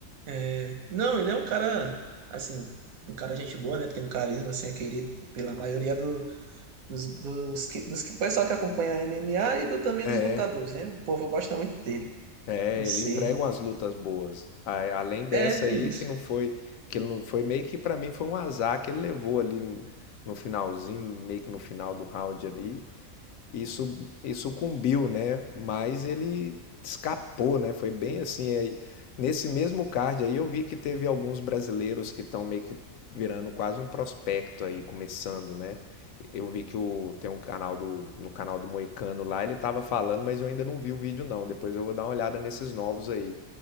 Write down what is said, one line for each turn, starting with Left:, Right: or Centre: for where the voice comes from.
Right: É, não, ele é um cara, assim, um cara gente boa, né? Tem um carisma, assim, é querido pela maioria dos, dos que, dos que pessoal que acompanha a MMA e do, também
Left: É.
Right: dos lutadores, né? O povo gosta muito dele.
Left: É,
Right: Não sei.
Left: ele entrega umas lutas boas. A- Além dessa
Right: É, tem
Left: aí,
Right: isso.
Left: que não foi, que ele não foi meio que pra mim foi um azar que ele levou ali no finalzinho, meio que no final do round ali. Isso, e sucumbiu, né? Mas ele escapou, né? Foi bem assim. aí- nesse mesmo card aí eu vi que teve alguns brasileiros que estão meio que virando quase um prospecto aí, começando, né? Eu vi que o, tem um canal do, no canal do Moicano lá, ele tava falando, mas eu ainda não vi o vídeo não. Depois eu vou dar uma olhada nesses novos aí,